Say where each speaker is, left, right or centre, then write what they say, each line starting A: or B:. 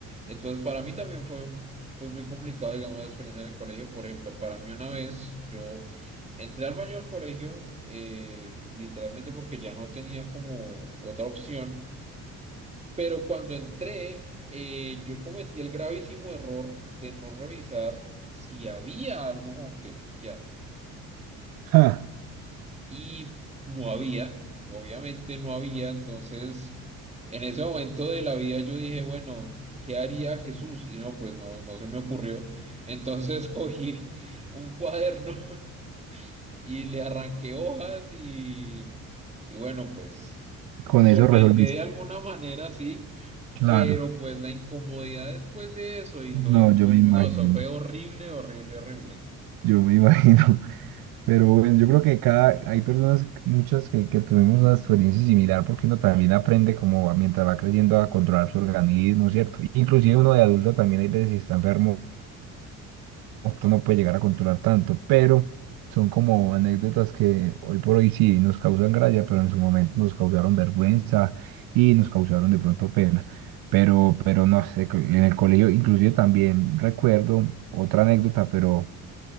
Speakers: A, on the right (about 15°); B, on the right (about 60°).
A: Entonces, para mí también fue pues, muy complicado, digamos, la experiencia en el colegio. Por ejemplo, para mí una vez yo entré al baño del colegio eh, literalmente porque ya no tenía como otra opción. Pero cuando entré, eh, yo cometí el gravísimo error de no revisar si había algo con que limpiarme.
B: Ja,
A: y no había, obviamente no había, entonces en ese momento de la vida yo dije, bueno, ¿qué haría Jesús? Y no, pues no, no se me ocurrió, entonces <laughs> cogí un cuaderno <laughs> y le arranqué hojas y, y bueno, pues
B: Con
A: solventé
B: eso resolviste.
A: de alguna manera, sí,
B: Claro.
A: pero pues la incomodidad después de eso y lo
B: No,
A: incó-
B: yo me imagino.
A: no, eso fue horrible, horrible, horrible.
B: Yo me <laughs> imagino. Pero bueno, yo creo que cada, hay personas, muchas que, que tuvimos una experiencia similar porque uno también aprende como a- mientras va creciendo a controlar su organismo, ¿cierto? Inclusive uno de adulto también hay veces si está enfermo tú no puedes llegar a controlar tanto, pero son como anécdotas que hoy por hoy sí nos causan gracia, pero en su momento nos causaron vergüenza y nos causaron de pronto pena. Pero, pero no sé, co- en el colegio inclusive también recuerdo otra anécdota, pero